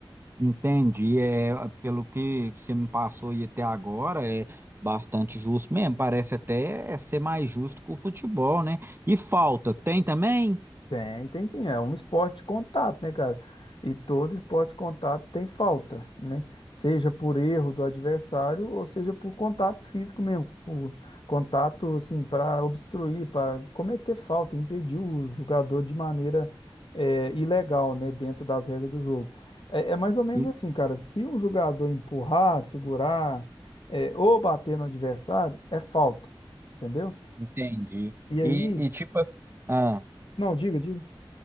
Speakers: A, on the right (about 25°); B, on the left (about 70°).
A: entendi. É, pelo que você me passou e até agora, é bastante justo mesmo. Parece até ser mais justo que o futebol, né? E falta, tem também?
B: Tem, tem sim, é um esporte de contato, né, cara? E todo esporte de contato tem falta, né? Seja por erro do adversário ou seja por contato físico mesmo, por contato assim para obstruir, para cometer falta, impedir o jogador de maneira eh, ilegal, né, dentro das regras do jogo. É, é mais ou menos
A: E-
B: assim, cara. Se o jogador empurrar, segurar, eh, ou bater no adversário, é falta, entendeu?
A: Entendi.
B: E aí,
A: E, e tipo, ah.
B: não, diga, diga.